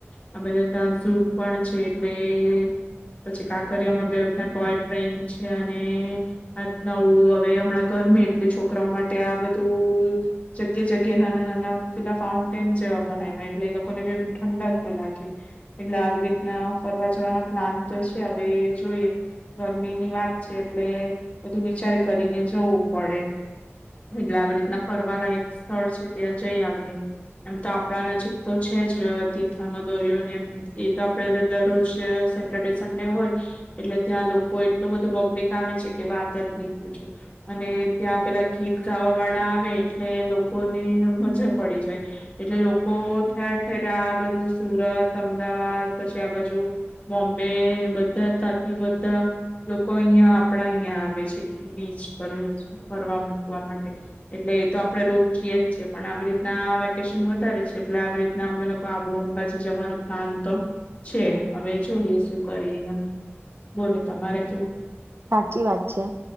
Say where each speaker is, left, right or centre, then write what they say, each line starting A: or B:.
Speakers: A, on the left; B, on the right.
A: આ બધા ત્યાં ઝૂ પણ છે એટલે, પછી કાકરિયામાં રીતના ટોય ટ્રેન છે અને આ ન હવે હમણાં ગરમી એટલે છોકરાઓ માટે આ બધું, જગ્યા જગ્યા નાના નાના પેલા ફાઉન્ટેન જેવા બનાવ્યા એટલે એ લોકોને બી એમ ઠંડાક કે લાગે, એટલે આવી રીતના ફરવા જવાનો પ્લાન તો છે હવે જોઈએ, ગરમીની વાત છે એટલે બધું વિચાર કરીને જવું પડે, એટલે આવી રીતના ફ કરવા લાયક સ્થળ છે ત્યાં જઈ આવીએ. એમ તો આપણા નજીક તો છે જ તીથનો દોરયો ને એ એ તો આપડે દરરોજ સેટરડે સન્ડે હોય, એટલે ત્યાં લોકો એટલું બધો પબ્લિક આવે છે કે વાત જ નહી પૂછું, અને ત્યાં પેલા ગીત ગાવા વાળા આવે એટલે લોકોને મજા પડી જાય, એટલે લોકો ઠેર ઠેર આ સુરત, અમદાવાદ પછી આ બાજુ, બોમ્બે બધા તથી બધા લોકો અહિયાં આપડા અહિયાં આવે છે, બીચ પર ફરવા મુૂકવા માટે, એટલે એ તો આપડે રોજએ જ છે પણ આવી રીતના વેકેશન વધારે છે એટલે આવી રીતના અમે લોકો આબુ અંબાજી જવાનો પ્લાન તો છે હવે જોઈએ શું કરીએ એમ. બોલો તમારે કેવું?
B: સાચી વાત છે,